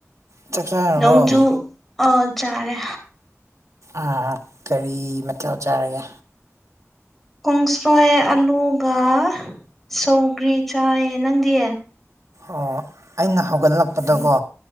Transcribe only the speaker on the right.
ꯆꯥꯛ ꯆꯥꯔꯕꯣ
ꯑꯥ ꯀꯔꯤ ꯃꯊ‌ꯦꯜ ꯆꯥꯔꯒꯦ
ꯑꯣ ꯑꯩꯅ ꯍꯧꯒꯠꯂꯛꯄꯗꯒꯣ